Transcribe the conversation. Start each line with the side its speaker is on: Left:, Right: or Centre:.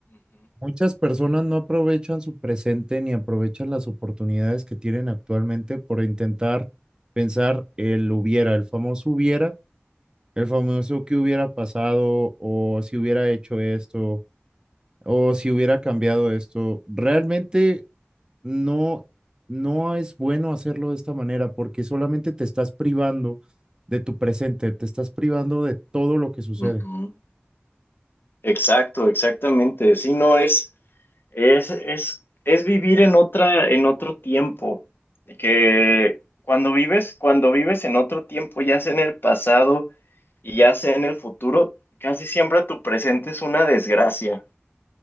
Right: muchas personas no aprovechan su presente ni aprovechan las oportunidades que tienen actualmente por intentar pensar el hubiera, el famoso hubiera el famoso que hubiera pasado o si hubiera hecho esto o si hubiera cambiado esto. Realmente no, no es bueno hacerlo de esta manera porque solamente te estás privando de tu presente, te estás privando de todo lo que sucede.
Left: ujú, ujú. Exacto, exactamente. Si no es. Es, es, es vivir en otra, en otro tiempo. Que cuando vives, cuando vives en otro tiempo, ya sea en el pasado y ya sea en el futuro, casi siempre tu presente es una desgracia.